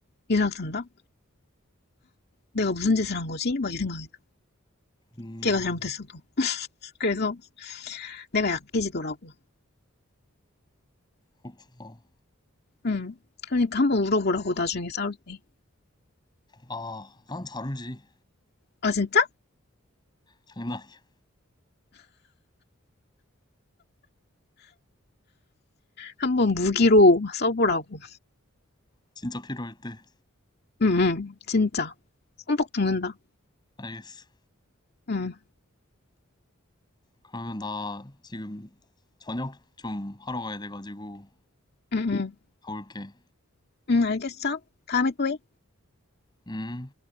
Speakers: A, on the left (about 50°); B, on the left (about 20°).
A: 이 생각 든다? 내가 무슨 짓을 한 거지? 막 이 생각이 나.
B: 음,
A: 걔가 잘못했어도. 그래서 내가 약해지더라고.
B: 그렇구나.
A: 응. 그러니까 한번 울어보라고, 나중에 싸울 때.
B: 아, 난 잘 울지.
A: 아, 진짜?
B: 장난이야.
A: 한번 무기로 써보라고.
B: 진짜 필요할 때.
A: 응응. 진짜. 손뻑 죽는다.
B: 알겠어.
A: 응.
B: 그러면 나 지금 저녁 좀 하러 가야 돼가지고
A: 응, 응.
B: 가볼게.
A: 응, 알겠어. 다음에 또 해.
B: 음.